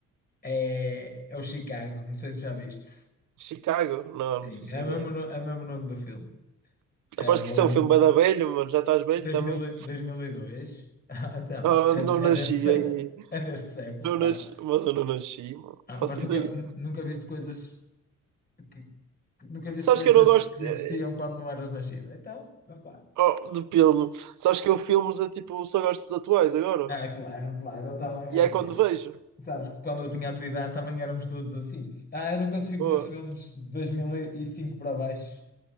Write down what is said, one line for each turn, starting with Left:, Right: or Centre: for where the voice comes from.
Left: É, é o Chicago, não sei se já viste.
Right: Chicago? Não,
Left: Sim,
Right: não faço
Left: é o
Right: ideia.
Left: mesmo, no- é o mesmo nome do filme. É
Right: Aposto
Left: muito.
Right: que isso é um filme bem da velha, mano. Já estás velho
Left: 2000,
Right: também.
Left: e- 2002. <laughs> Ah, então,
Right: Ah,
Left: é,
Right: não nasci
Left: é deste século.
Right: aí.
Left: É deste século,
Right: Não
Left: pá.
Right: nasci, mas eu não nasci, mano.
Left: Ah,
Right: Faço
Left: mas nunca,
Right: ideia.
Left: nu- nunca viste coisas que, que- nunca viste
Right: Sabes
Left: coisas
Right: que eu não gosto
Left: que existiam
Right: eh,
Left: quando não eras nascido. Então, opá.
Right: oh, de pelo. Sabes que eu filmes a tipo, só gosto dos atuais agora.
Left: Ah, claro, claro, eu também. É,
Right: E
Left: pois.
Right: é quando vejo.
Left: Sabes, quando eu tinha a tua idade também éramos todos assim. Ah, eu não consigo
Right: Oh,
Left: ver filmes de 2005 para baixo.